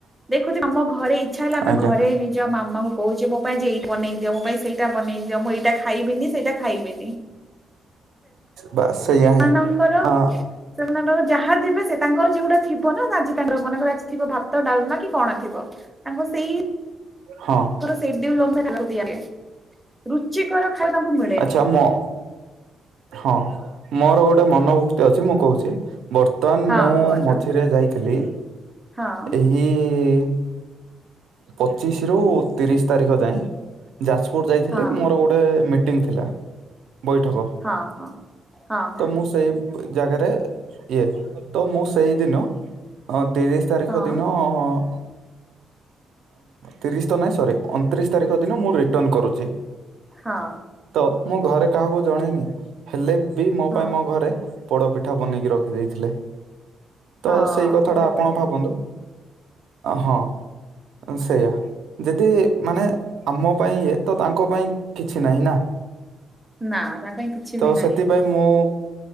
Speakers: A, in the centre; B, on the right.
A: ଦେଖୁଥ ଆମ ଘରେ ଇଚ୍ଛା ହେଲେ ଆମେ
B: ଆଜ୍ଞା
A: ଘରେ ନିଜ ମାମାଙ୍କୁ କୋହୁଚି ମୋ ପାଇଁ ଯେ ଏଇ ବନେଇ ଦିଅ ମୋ ପାଇଁ ସେଇଟା ବନେଇ ଦିଅ ମୁଁ ଏଇଟା ଖାଇବିନି ସେଇଟା ଖାଇବିନି।
B: ବାସ ସେଇଆ
A: ସେମାନଙ୍କର
B: ହଁ ଅ
A: ସେମାନଙ୍କର ଯାହା ଯିବେ ସେ ତାଙ୍କର ଯୋଉଟା ଥିବ ନା ଆଜି ତାଙ୍କର ମନେକର ଆଜି ଥିବ ଭାତ ଡାଲମା କି କଣ ଥିବ ତାଙ୍କୁ ସେଇ କ
B: ହଁ।
A: ସେଡ୍ଡୁଲ ଅନୁସାରେ ଖାଇବାକୁ ଦିଆ ଯାଏ ରୁଚିକର ଖାଇବା ତାଙ୍କୁ ମିଳେନି।
B: ଆଚ୍ଛା ମୋ ହଁ ମୋର ଗୋଟେ ମନୋଭୁକ୍ତି ଅଛି ମୁଁ କୋହୁଚି। ବର୍ତ୍ତମାନ
A: ହଁ
B: ମୁଁ
A: କୁହନ୍ତୁ
B: ମଝିରେ ଯାଇଥିଲି।
A: ହଁ।
B: ଇଏ ଏଇ ପଚିଶରୁ ତିରିଶ ତାରିଖ ଯାଏ ଯାଜପୁର ଯାଇଥିଲି
A: ହଁ
B: ମୋର ଗୋ ଗୋଟେ ମିଟିଂ ଥିଲା ବୈଠକ
A: ହଁ ହଁ ହଁ ହଁ
B: ତ ମୁଁ ସେଇ ଜାଗାରେ ଇଏ ତ ମୁଁ ସେଇଦିନ। ହଁ ତିରିଶ ତାରିଖ
A: ହଁ
B: ଦିନ ଅ ଅ ତିରିଶ ତ ନାହିଁ ସରି ଅଣତିରିଶ ତାରିଖ ଦିନ ମୁଁ ରିଟର୍ଣ କରୁଛି।
A: ହଁ।
B: ତ ମୁଁ ଘରେ କାହାକୁ ଜଣେଇନି, ହେଲେ ବି ମୋ
A: ହଁ
B: ପାଇଁ ମୋ ଘରେ ପୋଡ଼ ପିଠା ବନେଇକି ରଖି ଦେଇଥିଲେ। ତ
A: ହଁ
B: ସେଇ କଥା
A: କେତେ
B: ଟା ଆପଣ
A: ବଢିଆ
B: ଭାବନ୍ତୁ? ହଁ ସେଇୟା। ଯେତେ ମାନେ ଆମ ପାଇଁ ଇଏ ତ ତାଙ୍କ ପାଇଁ କିଛି ନାହିଁ ନା?
A: ନା ତା ପାଇଁ କିଛି
B: ତ
A: ବି ନାହିଁ।
B: ସେଥିପାଇଁ ମୁଁ,